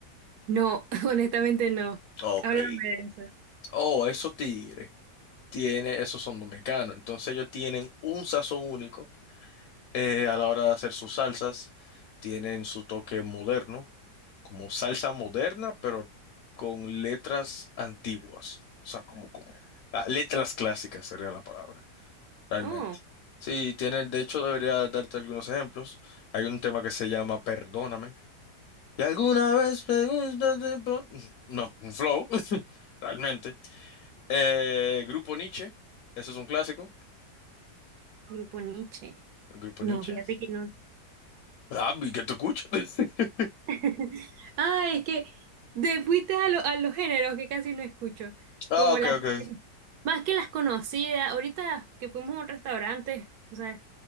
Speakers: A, on the right; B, on the left.
A: no, <laughs> honestamente no.
B: Ok.
A: Háblame de eso.
B: Oh, esos tigres. Tiene, esos son dominicanos. Entonces ellos tienen un sazón único eh, a la hora de hacer sus salsas, tienen su toque moderno, como salsa moderna, pero con letras antiguas, o sea, como, como ah, letras clásicas sería la palabra, realmente.
A: Oh,
B: Sí, tienen, de hecho, debería darte algunos ejemplos. Hay un tema que se llama Perdóname. Y alguna vez preguntaste por- No, un flow, <laughs> realmente. Eh, Grupo Nietzsche, ese es un clásico.
A: Grupo Nietzsche.
B: El Grupo
A: No,
B: Nietzsche.
A: fíjate que no.
B: Ah, vi que te escucho. <laughs>
A: <laughs> Ah, es que te fuiste a, lo- a los géneros que casi no escucho.
B: Ah,
A: Como
B: ok,
A: las.
B: ok.
A: <laughs> Más que las conocidas. Ahorita que fuimos a un restaurante, o sea,